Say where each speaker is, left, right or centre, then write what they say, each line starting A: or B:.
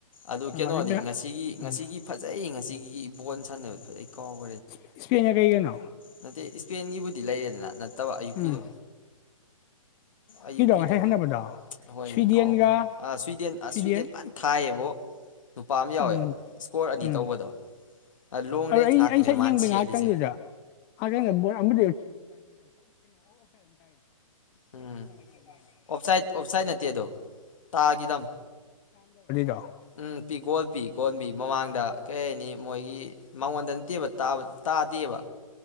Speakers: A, on the left; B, on the left.
A: ꯑꯗꯨ
B: ꯎꯝ
A: ꯀꯩꯅꯣꯗꯤ
B: ꯄꯦꯅꯥ
A: ꯉꯁꯤꯒꯤ ꯉꯁꯤꯒꯤ
B: ꯎꯝ
A: ꯐꯖꯩ ꯉꯁꯤꯒꯤ ꯕꯣꯟ ꯁꯟꯅꯕꯗꯣ <unintelligible>
B: ꯏꯁ ꯏꯁꯄꯦꯟꯒ ꯀꯩꯒꯅꯣ
A: ꯅꯠꯇꯦ ꯏꯁꯄꯦꯟꯒꯤꯕꯨꯗꯤ ꯂꯩꯔꯦꯗꯅ ꯅꯠꯇꯕ ꯑꯌꯨꯛꯀꯤꯗꯣ
B: ꯎꯝ
A: ꯑꯌꯨꯛꯀꯤꯗꯣ
B: ꯉꯁꯥꯏ ꯁꯥꯟꯅꯕꯗꯣ
A: ꯍꯣꯏꯅꯦ
B: ꯁ꯭ꯋꯤꯗꯦꯟꯒ
A: ꯀꯥꯎꯒꯔꯦ ꯑ ꯁ꯭ꯨꯏꯗꯦꯟ ꯑ
B: ꯁ꯭ꯋꯤꯗꯦꯟ
A: ꯁ꯭ꯨꯏꯗꯦꯟ ꯐꯖ ꯊꯥꯏꯌꯦꯕꯣ ꯅꯨꯄꯥ ꯑꯃ ꯌꯥꯎꯋꯦ
B: ꯎꯝ
A: ꯏꯁꯀꯣꯔ ꯑꯅꯤ
B: ꯎꯝ
A: ꯇꯧꯕꯗꯣ ꯂꯣꯡ
B: ꯑꯗꯨ
A: ꯔꯦꯟꯖ
B: ꯑꯩ
A: ꯉꯥꯛꯇꯅꯦ
B: ꯑꯩ ꯁꯛ
A: ꯃꯥꯅ
B: ꯌꯦꯡꯕꯩ
A: ꯁꯦꯠꯂꯤꯁꯦ
B: ꯉꯥꯛꯇꯪꯗꯨꯗ ꯐꯖꯝꯅꯦ ꯕꯣꯔ ꯑꯃꯗꯤ
A: ꯎꯝ ꯑꯣꯞꯁꯥꯏꯠ ꯑꯣꯞꯁꯥꯏꯠ ꯅꯠꯇꯦ ꯑꯗꯣ ꯇꯥꯒꯤꯗꯝ
B: <unintelligible> <unintelligible>
A: ꯎꯝ ꯄꯤ ꯒꯣꯜꯄꯤ ꯒꯣꯜꯕꯤ ꯃꯃꯥꯡꯗ ꯀꯩ ꯍꯥꯏꯅꯤ ꯃꯣꯏꯒꯤ ꯃꯉꯣꯟꯗ ꯅꯠꯇꯦꯕ ꯇꯥꯕꯗꯤ ꯇꯥꯗꯦꯕ